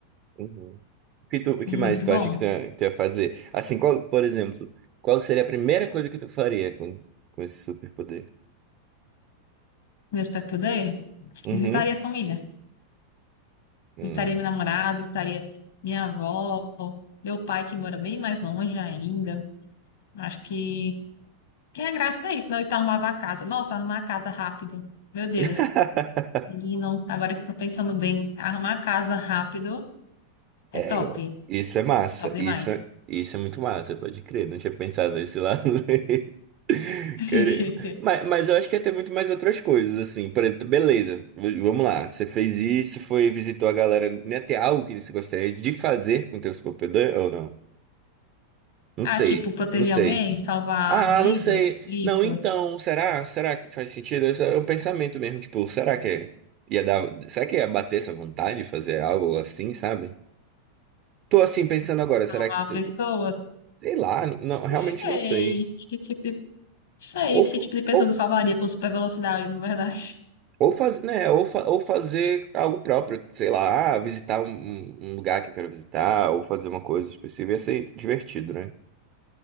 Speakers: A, on the right (about 35°); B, on the left (about 55°).
A: Uhum. O que, tu, o
B: Muito
A: que mais tu
B: bom.
A: acha que tu ia, tu ia fazer? Assim, qual, por exemplo, qual seria a primeira coisa que tu faria com, com esse superpoder?
B: Meu superpoder,
A: Uhum.
B: visitaria a família.
A: Hum.
B: Visitaria meu namorado, visitaria minha avó, meu pai que mora bem mais longe ainda. Acho que Que é a graça é isso, não? Então arrumava a casa. Nossa, arrumar a casa rápido. Meu Deus.
A: <laughs>
B: E não, agora que eu tô pensando bem, arrumar a casa rápido é
A: É,
B: top.
A: eu- isso é massa.
B: Top demais.
A: Isso, é, isso é muito massa, pode crer. Não tinha pensado nesse lado. <laughs>
B: <laughs>
A: Querer- Mas, mas eu acho que ia ter muito mais outras coisas, assim. Por exemplo, beleza, v- vamos lá. Você fez isso, foi, visitou a galera. Ia ter algo que você gostaria de fazer com o teu superpoder ou não? Não
B: Ah,
A: sei,
B: tipo, proteger
A: não sei.
B: alguém, salvar
A: Ah,
B: vidas,
A: não sei.
B: isso,
A: Não, então, será? Será que faz sentido? Esse É o pensamento mesmo, tipo, será que é- ia dar. Será que ia bater essa vontade de fazer algo assim, sabe? Tô assim pensando agora,
B: salvar
A: será que.
B: pessoas.
A: Sei lá, não,
B: Não
A: realmente
B: sei
A: não sei.
B: que tipo de, não sei
A: Ou,
B: que
A: fa-
B: tipo de pessoas
A: ou,
B: eu salvaria com super velocidade, na verdade.
A: ou, faz, né, ou, fa- ou fazer algo próprio, sei lá, ah, visitar um, um um lugar que eu quero visitar, ou fazer uma coisa específica, ia ser divertido, né?